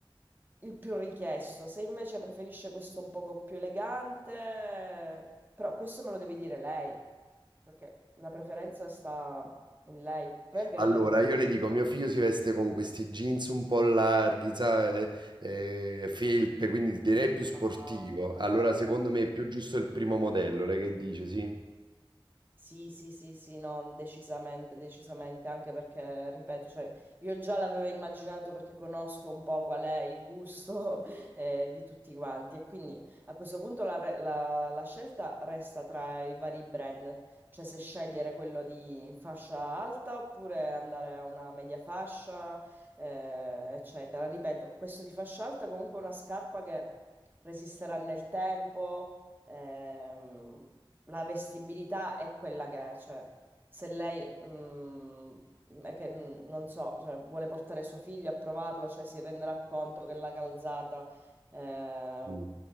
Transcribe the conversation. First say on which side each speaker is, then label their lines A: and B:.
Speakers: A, on the right; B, on the right.
A: il più richiesto. Se invece preferisce questo un poco più elegante, però questo me lo deve dire lei, perché la preferenza sta in lei. Poi anche
B: allora,
A: nelle colore.
B: io le dico, mio figlio si veste con questi jeans un po' larghi, sa, eh, eh, felpe, quindi direi più sportivo.
A: Ah, ok.
B: Allora, secondo me è più giusto il primo modello, lei che dice, sì?
A: Sì, sì, sì, sì, no, decisamente, decisamente, anche perché, ripeto, cioè, io già l'avevo immaginato perché conosco un po' qual è il gusto <laughs> eh, di tutti quanti e quindi a questo punto la, re- la- la scelta resta tra i vari brand, cioè se scegliere quello di fascia alta oppure andare a una media fascia, eh, eccetera. Ripeto, questo di fascia alta comunque è una scarpa che resisterà nel tempo. Ehm, la vestibilità è quella che è, cioè se lei mm, è che mm, non so, cioè, vuole portare suo figlio a provarlo, cioè si renderà conto che la calzata eh,
B: Mm.